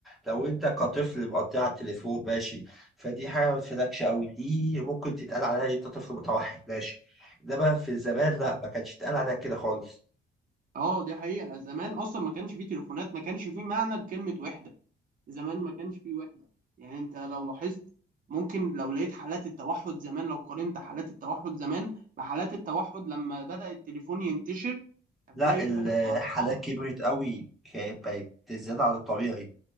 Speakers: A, in the centre; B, on the right.
A: لو انت كطفل مقضيها على التليفون ماشي فدي حاجه ما تفيدكش قوي دي ممكن تتقال عليها إن انت طفل متوحد ماشي انما في الزمان لا ما كانش يتقال عليها كده خالص
B: اه دي حقيقة زمان اصلا ما كانش فيه تليفونات ما كانش فيه معنى لكلمة وحدة زمان ما كانش فيه وحدة يعني انت لو لاحظت ممكن لو لقيت حالات التوحد زمان لو قارنت حالات التوحد زمان بحالات التوحد لما بدأ التليفون ينتشر هتلاقي
A: لا الحالات
B: فرق ارقام
A: كبرت قوي كانت بقت زياده عن الطبيعي